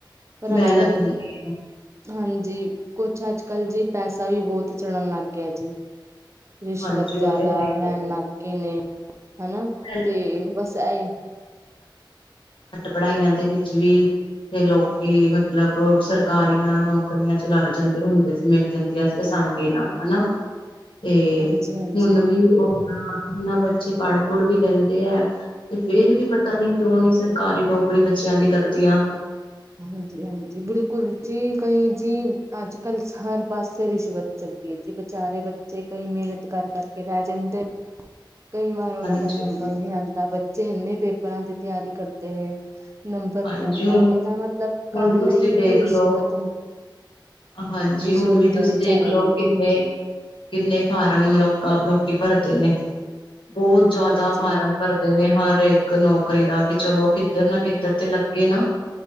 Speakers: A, on the right; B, on the left.
A: ਪਰ
B: ਮਿਹਨਤ
A: ਅੱਜ ਕੱਲ
B: ਹੁੰਦੀ ਹੈ
A: ਹਾਂਜੀ ਕੁਛ ਅੱਜ ਕਲ ਜੀ ਪੈਸਾ ਵੀ ਬਹੁਤ ਚਲਨ ਲੱਗ ਗਿਆ ਜੀ। ਰਿਸ਼ਵਤ
B: ਹਾਂਜੀ
A: ਜ਼ਿਆਦਾ
B: ਉਹ ਤੇ ਹੈ ਹੀ
A: ਲੈਣ
B: ਹੈ।
A: ਲੱਗ ਗਏ ਨੇ ਹਨਾ।
B: ਘੱਟ
A: ਤੇ ਬਸ ਇਹੀ
B: ਪੜ੍ਹਾਈਆਂ ਦੇ ਵਿੱਚ ਵੀ ਤੇ ਲੋਕੀ ਮਤਲਬ ਸਰਕਾਰੀਆਂ ਨੌਕਰੀਆਂ ਚ ਲੱਗ ਜਾਂਦੇ ਹੁੰਦੇ ਸੀ ਮਿਲ ਜਾਂਦੀਆਂ ਸੀ ਆਸਾਨੀ ਨਾਲ ਹਨਾ। ਤੇ
A: ਹਾਂਜੀ ਹਾਂਜੀ
B: ਹੁਣ ਵੀ ਉਹਨਾਂ ਬੱਚੇ ਪੜ ਪੜ ਵੀ ਲੈਂਦੇ ਹੈ। ਤੇ ਫੇਰ ਵੀ ਪਤਾ ਨੀ ਕਿਉਂ ਨੀ ਸਰਕਾਰੀ ਨੌਕਰੀ ਬੱਚਿਆਂ ਦੀ ਲੱਗਦੀਆਂ।
A: ਹਾਂਜੀ ਹਾਂਜੀ ਬਿਲਕੁਲ ਜੀ ਕਈ ਜੀ ਅੱਜ ਕੱਲ ਹਰ ਪਾਸੇ ਰਿਸ਼ਵਤ ਚਦੀ ਜੀ ਵਿਚਾਰੇ ਬੱਚੇ ਕਈ ਮਿਹਨਤ ਕਰ ਕਰਕੇ ਰਹਿ ਜਾਂਦੇ। ਕਈ ਵਾਰ ਉਹਨਾਂ
B: ਹਾਂਜੀ
A: ਦਾ ਨੰਬਰ
B: ਹਾਂਜੀ
A: ਨਹੀਂ ਆਉਂਦਾ ਬੱਚੇ ਇੰਨੇ ਪੇਪਰਾਂ ਦੀ ਤਿਆਰੀ ਕਰਦੇ ਨੇ। ਨੰਬਰ ਨਹੀਂ
B: ਹਾਂਜੀ
A: ਆਉਂਦਾ
B: ਹੁਣ
A: ਇਹਦਾ ਮਤਲਬ ਕਾਰਨ
B: ਹੁਣ ਤੁਸੀਂ
A: ਹੈ ਹੀ ਹੈ
B: ਵੇਖ
A: ਕਿ ਰਿਸ਼ਵਤ
B: ਲਓ ਹਾਂਜੀ
A: ਰਿਸ਼ਵਤ
B: ਹੁਣ ਵੀ
A: ਜਿਹੜੀ
B: ਤੁਸੀਂ ਦੇਖਲਓ
A: ਚੱਲ ਰਹੀ ਹੈ
B: ਕਿੰਨੇ ਕਿੰਨੇ ਫਾਰਮ ਲੋਕ ਲੋਕੀ ਭਰਦੇ ਨੇ ਬਹੁਤ
A: ਹਾਂਜੀ
B: ਜ਼ਿਆਦਾ
A: ਹਾਂਜੀ
B: ਫਾਰਮ ਭਰਦੇ। ਨੇ ਹਰ ਇੱਕ ਨੌਕਰੀ ਦਾ ਕਿ ਚਲੋ ਕਿੱਧਰ ਨਾ ਕਿੱਧਰ ਤੇ ਲੱਗੇ ਨਾ।